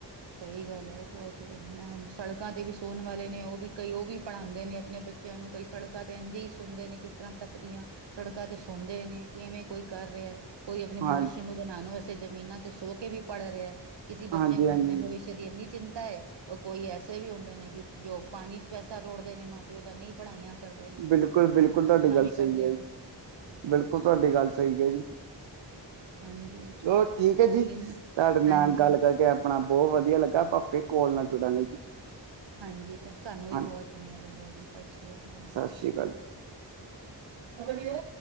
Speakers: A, on the right (about 65°); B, on the right (about 80°).
A: ਸਹੀ ਗੱਲ ਹੈ, ਬਹੁਤ ਮੈਂ ਸੜਕਾਂ ਤੇ ਵੀ ਸੋਣ ਵਾਲੇ ਨੇ ਉਹ ਵੀ ਕਈ ਉਹ ਵੀ ਪੜ੍ਹਾਉਂਦੇ ਨੇ ਆਪਣੇ ਬੱਚੇ ਬੱਚਿਆਂ ਨੂੰ ਕਈ ਸੜਕਾਂ 'ਤੇ ਇੰਝ ਹੀ ਸੁਣਦੇ ਨੇ ਕਿਸ ਤਰ੍ਹਾਂ ਤਪਦੀਆਂ ਸੜਕਾਂ ਤੇ ਸੌਦੇ ਨੇ ਕਿਵੇਂ ਕੋਈ ਕਰ ਰਿਹਾ। ਕੋਈ ਆਪਣੇ
B: ਹਾਂ
A: ਭਵਿਸ਼ ਨੂੰ ਬਣਾਉਣ ਵਾਸਤੇ ਜ਼ਮੀਨਾਂ 'ਤੇ ਸੋ ਕੇ ਵੀ ਪੜ੍ਹ ਰਿਹਾ ਕਿਸੇ
B: ਹਾਂਜੀ
A: ਬੱਚੇ ਨੂੰ।
B: ਹਾਂਜੀ
A: ਵਿਸ਼ੇ ਦੀ ਇੰਨੀ ਚਿੰਤਾ ਉਹ ਕੋਈ ਐਸੇ ਵੀ ਹੁੰਦੇ ਨੇ ਕਿ ਜੋ ਪਾਣੀ ਚ ਪੈਸਾ ਰੋੜਦੇ ਨੇ ਮਾਂ ਪ ਪਿਓ ਤਾਂ ਨਹੀਂ ਪੜ੍ਹਾਈਆਂ ਕਰਦੇ ਨੇ
B: ਬਿਲਕੁਲ ਬਿਲਕੁਲ ਤੁਹਾਡੀ
A: ਇਸ ਤਰ੍ਹਾਂ
B: ਗੱਲ
A: ਵੀ
B: ਸਹੀ
A: ਕਰਦੇ
B: ਹੈ
A: ਨੇ
B: ਜੀ
A: ਹਾਂਜੀ।
B: ਬਿਲਕੁਲ ਤੁਹਾਡੀ ਗੱਲ ਸਹੀ ਹੈ ਜੀ।
A: ਹਾਂਜੀ,
B: ਚ ਠੀਕ ਹੈ
A: ਉਹੀ
B: ਜੀ ਤੁਹਾਡੇ
A: ਨਾ
B: ਨਾਲ
A: ਹਾਂਜੀ
B: ਗੱਲ ਕਰਕੇ। ਆਪਣਾ ਬਹੁਤ ਵਧੀਆ ਲੱਗਾ ਭਾ ਫੇ ਕੋਲ ਨਾਲ ਜੁੜਨ ਨੇ ਜੀ।
A: ਹਾਂਜੀ, ਤਾਂ ਸਾਨੂੰ ਵੀ
B: ਹਾਂਜੀ
A: ਬਹੁਤ ਚੰਗਾ ਲੱਗਿਆ ਜੀ। ਸਤਿ ਸ਼੍ਰੀ ਅਕਾਲ,
B: ਸਤਿ
A: ਜੀ
B: ਸ੍ਰੀ ਅਕਾਲ ਜੀ।